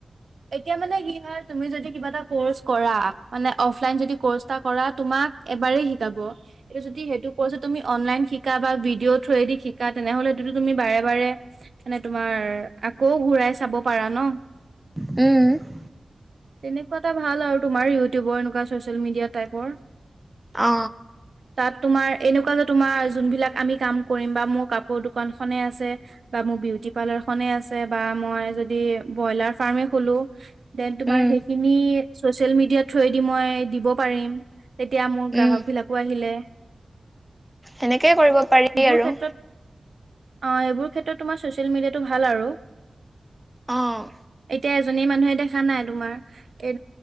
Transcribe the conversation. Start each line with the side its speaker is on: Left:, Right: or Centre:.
Right: এতিয়া মানে কি হয় তুমি যদি কিবা এটা কৰ্চ কৰা মানে অফলাইন যদি কচা কৰা তোমাক এবাৰেই শিকাব এইটো যদি সেইটো কৰছে তুমি অনলাইন শিকা বা ভিডিঅ' থ্ৰুৱেদি শিকা তেনেহলে সেইটোতটো তুমি বাৰে বাৰে মানে তোমাৰ আকৌ ঘূৰাই চাব পাৰা ন
Centre: উম
Right: তেনেকুৱা এটা ভাল আৰু তোমাৰ ইউটিউবৰ এনেকুৱা চচিয়েল মিডিয়া টাইপৰ
Centre: অ
Right: তাত তোমাৰ এনেকুৱা যে তোমাৰ যোনবিলাক আমি কাম কৰিম বা মোৰ কাপোৰ দোকানখনে আছে বা মোৰ বিউটি পাৰ্লাৰ খনে আছে বা মই যদি ব্ৰইলাৰ ফাৰ্মে খলো দেন তোমাৰ
Centre: উম
Right: সেইখিনি ছ'চিয়েল মিডিয়া থ্ৰুৱেদি মই দিব পাৰিম তেতিয়া মোৰ গ্ৰাহক
Centre: উম
Right: বিলাকো আহিলে
Centre: সেনেকেই কৰিব পাৰি
Right: সেইবোৰ
Centre: আৰু
Right: ক্ষেত্ৰত অ এইবোৰ ক্ষেত্ৰত তোমাৰ ছচিয়েল মিডিয়াটো ভাল আৰু
Centre: অঁ
Right: এতিয়া এজনী মানুহে দেখা নাই তোমাৰ এই